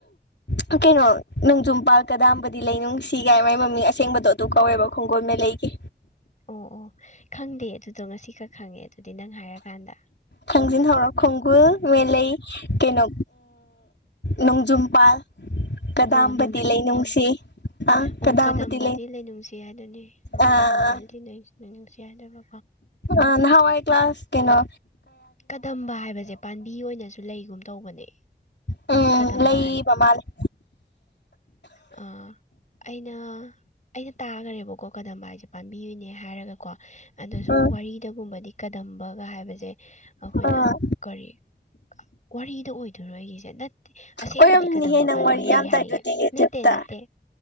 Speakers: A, on the left; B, on the left.
A: ꯇꯨ ꯀꯩꯅꯣ ꯅꯣꯡꯖꯝ ꯄꯥ ꯀꯗꯥꯕꯗꯤ ꯂꯩꯅꯨꯡꯁꯤꯒꯥꯏ ꯃꯒꯤ ꯃꯃꯤꯡ ꯑꯁꯦꯡꯕꯗꯣ ꯑꯗꯨ ꯀꯧꯋꯦꯕ ꯈꯣꯡꯒꯣꯜ ꯃ ꯂꯩ ꯑꯩꯦ
B: ꯑꯣ ꯑꯣ ꯈꯪꯗꯦ ꯑꯗꯨꯗꯣ ꯉꯁꯤ ꯈꯔ ꯈꯪꯉꯦ ꯑꯗꯨꯗꯤ ꯅꯪ ꯍꯥꯏꯔꯀꯥꯟꯗ
A: ꯈꯪꯖꯤꯟꯍꯧꯔꯣ ꯈꯣꯡꯒꯨꯜ ꯃꯦꯂꯩ ꯀꯩꯅꯣ ꯅꯣꯡꯖꯝꯄꯥꯥꯜ ꯀꯗꯥꯕꯗꯤ
B: ꯑꯣ ꯅꯣꯡꯖꯨꯝꯄꯥ
A: ꯂꯩꯅꯨꯡꯁꯤ ꯑꯥ
B: ꯑꯣ
A: ꯀꯗꯥꯝꯕꯗꯤ
B: ꯀꯗꯝꯕꯗꯤ ꯂꯩꯅꯨꯡꯁꯤ ꯍꯥꯏꯗꯨꯅꯤ
A: ꯑꯥ
B: ꯀꯗꯝꯕꯗꯤꯅꯨꯡꯁꯤ ꯍꯥꯏꯗꯣꯏꯕ
A: ꯑ ꯅꯋꯥꯏ ꯀ꯭ꯂꯥꯁ ꯀꯦꯩꯅꯣ
B: ꯀꯗꯝꯕ ꯍꯥꯏꯕꯁꯦ ꯄꯥꯝꯕꯤ ꯑꯣꯏꯅꯁꯨ ꯂꯩꯒꯨꯝ ꯇꯧꯕꯅꯦ
A: ꯎꯝ
B: ꯀꯗꯝꯕ
A: ꯂꯩ ꯃꯃꯥ ꯂꯩ
B: ꯑ ꯑꯩꯅ ꯑꯩꯅ ꯇꯥꯈꯔꯦꯕꯀꯣ ꯀꯗ ꯍꯥꯏꯁꯦ ꯄꯥꯝꯕꯤꯣꯏꯅꯦ ꯍꯥꯏꯔꯒ ꯀꯣ ꯑꯗꯣ ꯁꯨꯝ
A: ꯎꯝ
B: ꯋꯥꯔꯤꯗꯒꯨꯝꯕꯗꯤ ꯀꯗꯝꯝꯕꯒ ꯍꯥꯏꯕꯁꯦ ꯑꯩꯈꯣꯏꯅ
A: ꯎꯝ
B: ꯀꯔꯤ ꯋꯥꯔꯤꯗ ꯑꯣꯏꯗꯣꯏꯔꯣ ꯑꯩꯒꯤꯁꯦ ꯅ ꯑꯁꯦꯡꯕꯗꯤ
A: ꯑꯣꯏꯔꯝꯅꯤꯍꯦ
B: ꯀꯗꯝꯕ
A: ꯅꯪ
B: ꯄꯥꯝꯕꯤ
A: ꯋꯥꯔꯤ
B: ꯂꯩ
A: ꯌꯥꯝ
B: ꯍꯥꯏꯌꯦ
A: ꯇꯥꯏꯗꯨꯗꯤ ꯌꯨꯇ꯭ꯌꯨꯕꯇ
B: ꯅꯠꯇꯦ ꯅꯠꯇꯦ